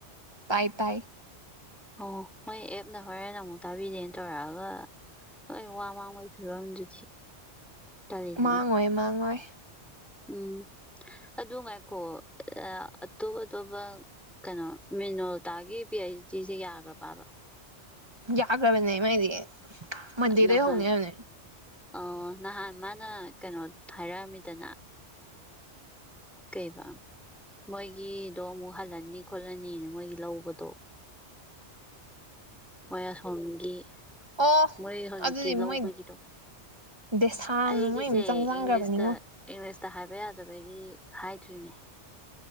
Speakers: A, on the right (about 20°); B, in the centre.
A: ꯇꯥꯏ ꯇꯥꯏ
B: ꯑꯣ ꯃꯣꯏ ꯑꯦꯞꯅ ꯍꯣꯔꯦꯟꯦꯦꯟ ꯑꯃꯨꯛ ꯇꯥꯕꯤꯗꯦꯅ ꯇꯧꯔꯛꯑꯒ ꯑꯩ ꯋꯥ ꯃꯥꯡꯕꯒꯤ ꯐꯤꯕꯝꯗꯨꯗꯤ ꯇꯜꯂꯤꯗꯅ
A: ꯃꯥꯡꯉꯣꯏ ꯃꯥꯡꯉꯣꯏ
B: ꯎꯝ ꯑꯗꯨ ꯉꯥꯏꯈꯣ ꯑꯇꯣꯞ ꯑꯇꯣꯞꯄ ꯀꯩꯅꯣ ꯃꯤꯅꯣꯜꯇꯥꯒꯤ ꯄꯤ ꯑꯩꯩꯆ ꯗꯤꯁꯦ ꯌꯥꯒ꯭ꯔꯕꯕ
A: ꯌꯥꯈꯔꯥꯕꯅꯦ ꯃꯥꯏꯗꯤ ꯃꯗꯤꯗ
B: ꯅꯍꯥꯟ
A: ꯍꯧꯒ ꯍꯧꯅꯦ
B: ꯑ ꯅꯍꯥꯟ ꯃꯥꯅ ꯀꯩꯅꯣ ꯍꯥꯏꯔꯛꯑꯝꯃꯤꯗꯅ ꯀꯩꯔꯤꯕ ꯃꯣꯏꯒꯤꯗꯣ ꯑꯃꯨꯛ ꯍꯜꯂꯅꯤ ꯈꯣꯠꯂꯅꯤꯅ ꯃꯣꯏꯒꯤ ꯂꯧꯕꯗꯣ ꯃꯣꯏ ꯑꯁꯣꯝꯒꯤ
A: ꯑꯣ
B: ꯃꯣꯏ ꯍꯧꯖꯤꯛꯀꯤ
A: ꯑꯗꯨꯗꯤ
B: ꯂꯧꯕꯒꯤꯗꯣ
A: ꯃꯣꯏ ꯗꯦꯁꯥꯝꯅ
B: ꯑꯩꯒꯤꯁꯦ
A: ꯃꯣꯏ ꯃꯤꯆꯪ ꯆꯪꯈ꯭ꯔꯕꯅꯤꯉꯣ
B: ꯏꯪꯂꯤꯁꯇ ꯏꯪ ꯇ ꯍꯥꯏꯕ ꯌꯥꯗꯕꯒꯤ ꯍꯥꯏꯗ꯭ꯔꯤꯅꯦ